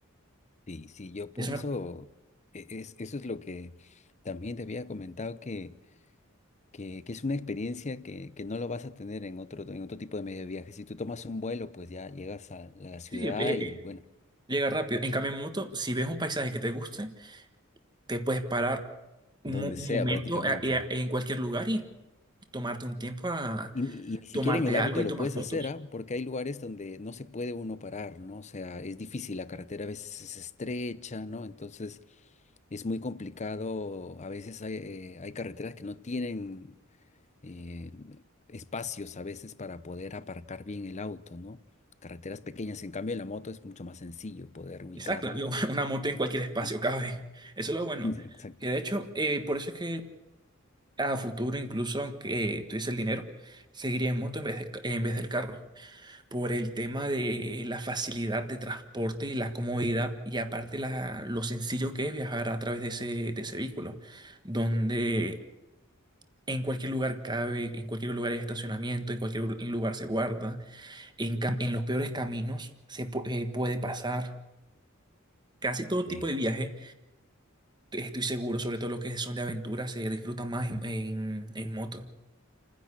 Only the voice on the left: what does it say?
sí, sí, yo por
eso, e- es, eso es lo que también te había comentado, que, que, que es una experiencia que, que no lo vas a tener en otro, en otro tipo de medio de viaje. Si tú tomas un vuelo, pues ya llegas a la ciudad
y bueno,
donde
sea
prácticamente,
¿no?
Y, ni y ni siquiera
en el auto
lo
puedes
hacer, ¿ah? Porque hay lugares donde no se puede uno parar, ¿no? O sea, es difícil, la carretera a veces es estrecha, ¿no? Entonces es muy complicado, a veces hay, eh, hay carreteras que no tienen eh, espacios a veces para poder aparcar bien el auto, ¿no? Carreteras pequeñas, en cambio en la moto es mucho más sencillo poder ubicarla.
Sí,
<laughs> exacto.
Sí.